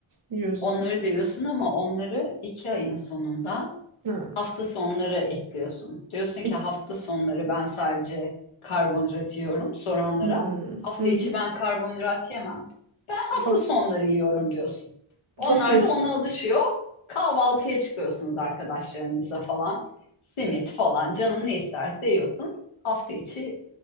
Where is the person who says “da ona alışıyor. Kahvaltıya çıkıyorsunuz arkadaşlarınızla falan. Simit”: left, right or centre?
Left